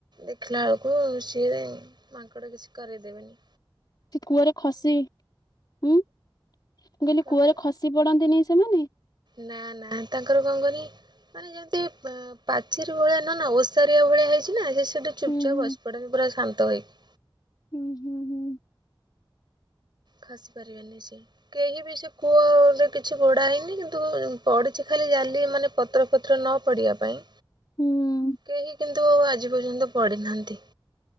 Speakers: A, on the right; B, on the left.
A: ଦେଖିଲା ବେଳକୁ ସିଏ ମାଙ୍କଡ କିଛି କରେଇ ଦେବେନି।
B: ସେ କୂଅରେ ଖସି ଉୁଁ ମୁଁ କହିଲି
A: କଣ
B: କୂଅରେ
A: କରେ
B: ଖସି ପଡନ୍ତିନି ସେମାନେ?
A: ନା ନା ତାଙ୍କର କଣ କହନି। ମାନେ ଯେମିତି ପା ପାଚିର ଭଳିଆ ନା ନା ଓଷାରିଆ ଭଳିଆ ହେଇଛି ନା ସେ ସେଟି ଚୁପ୍ଚାପ୍
B: ହୁଁ ହୁଁ
A: ବସି ପଡନ୍ତି ପୁରା ଶାନ୍ତ ହୋଇକି।
B: ହୁଁ ହୁଁ ହୁଁ।
A: ଖସି ପାରିବେ ନିି ସ୍ ଚି କେହି ବି ସେ କୂଅରେ କିଛି ଘୋଡା ହେଇନି କିନ୍ତୁ ପଡିଛି ଖାଲି ଜାଲି ମାନେ ପତ୍ରଫତ୍ର ନ ପଡିବା ପାଇଁ।
B: ହୁଁ।
A: କେହି କିନ୍ତୁ ଆଜି ପର୍ଯ୍ୟନ୍ତ ପଡିିନାହାନ୍ତି।